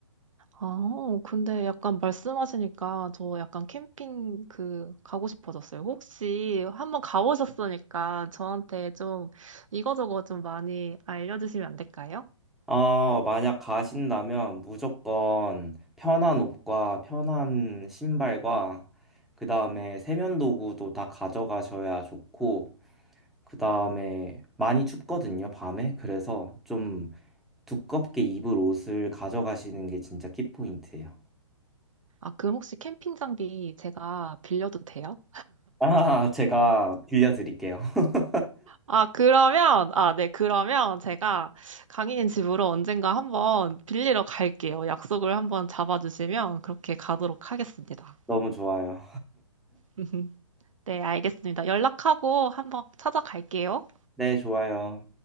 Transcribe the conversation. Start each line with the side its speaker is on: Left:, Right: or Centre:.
Right: 아, 어, 근데 약간 말씀하시니까 저 약간 캠핑 그 가고 싶어졌어요. 혹시 한번 가보셨으니까 저한테 좀 이거저거 좀 많이 알려주시면 안 될까요?
Centre: 어, 만약 가신다면 무조건 편한 옷과 편한 신발과 그 다음에 세면도구도 다 가져가셔야 좋고 그 다음에 많이 춥거든요, 밤에. 그래서 좀 두껍게 입을 옷을 가져가시는 게 진짜 키포인트예요.
Right: 아, 그럼 혹시 캠핑 장비 제가 빌려도 돼요?
Centre: 아, 제가 빌려드릴게요. <laughs>
Right: 아, 그러면, 아, 네, 그러면 제가 강희님 집으로 언젠가 한번 빌리러 갈게요. 약속을 한번 잡아주시면 그렇게 가도록 하겠습니다.
Centre: 너무 좋아요.
Right: <laughs> 네, 알겠습니다. 연락하고 한번 찾아갈게요.
Centre: 네, 좋아요.